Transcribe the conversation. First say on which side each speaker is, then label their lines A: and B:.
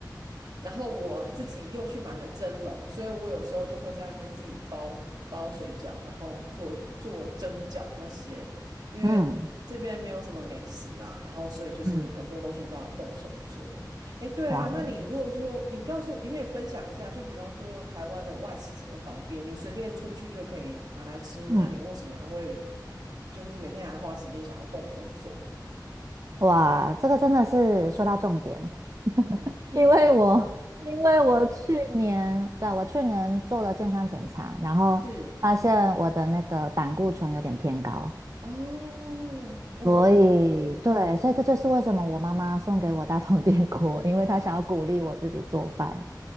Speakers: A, on the right; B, on the right.
A: 然后我自己又去买了蒸笼，所以我有时候就会在那边自己包包水饺，然后做做蒸饺那些，因为这边没有什么美食啦，
B: 嗯
A: 然后所以就是很多东西都要动手做。
B: 嗯，
A: 诶，对啊，
B: 哇，
A: 那你如果说你告诉我，你可以分享一下，就比方说台湾的外食这么方便，你随便出去就可以买来吃，
B: 嗯
A: 那你为什么还会就是每天还花时间想要动手做？
B: 哇，这个真的是说到重点，
A: 嗯，
B: 因为我因为我去年，对啊，我去年做了健康检查，然后发现我的那个胆固醇有点偏高，
A: 是哦，嗯
B: 所以对，所以这就是为什么我妈妈送给我大同电锅，因为她想要鼓励我自己做饭。